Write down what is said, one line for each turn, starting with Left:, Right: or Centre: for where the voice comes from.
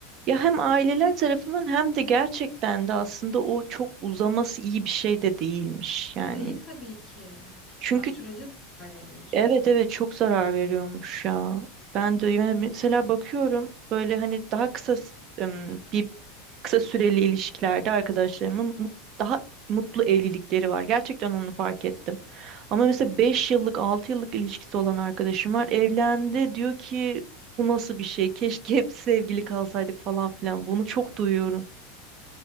Right: Ya hem aileler tarafından hem de gerçekten de aslında o çok uzaması iyi bir şey de değilmiş yani.
Centre: Değil tabii ki.
Right: Çünkü
Centre: Ya sürece zarar verir.
Right: evet evet çok zarar veriyormuş ya. Ben de yani mesela bakıyorum böyle hani daha kısa s- ım, bir kısa süreli ilişkilerde arkadaşlarımın mut- daha mutlu evlilikleri var. Gerçekten onu fark ettim. Ama mesela 5 yıllık, 6 yıllık ilişkisi olan arkadaşım var. Evlendi diyor ki bu nasıl bir şey? Keşke hep sevgili kalsaydık falan filan. Bunu çok duyuyorum.